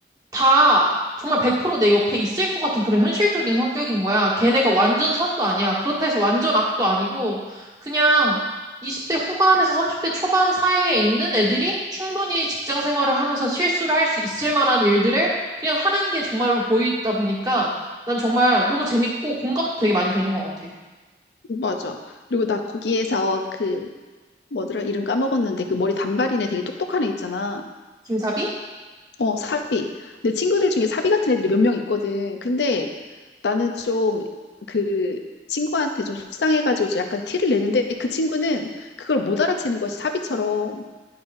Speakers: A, on the right (about 20°); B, on the left (about 70°).
A: 다 정말 100%내 옆에 있을 것 같은 그런 현실적인 성격인 거야. 걔네가 완전 선도 아니야. 그렇다 해서 완전 악도 아니고 그냥 20대 후반에서 30대 초반 사이에 있는 애들이 충분히 직장 생활을 하면서 실수를 할 수 있을 만한 일들을 그냥 하는 게 정말로 보이다 보니까 난 정말 너무 재밌고 공감도 되게 많이 되는 것 같아.
B: 응, 맞아. 그리고 나 거기에서 그 뭐더라? 이름 까먹었는데 그 머리 단발인 애 되게 똑똑한 애 있잖아.
A: 김사비?
B: 어, 사비. 내 친구들 중에 사비 같은 애들이 몇 명 있거든. 근데 나는 좀 그 친구한테 좀 속상해가지고 좀 약간 티를 내는데 그 친구는 그걸 못 알아채는 거야, 사비처럼.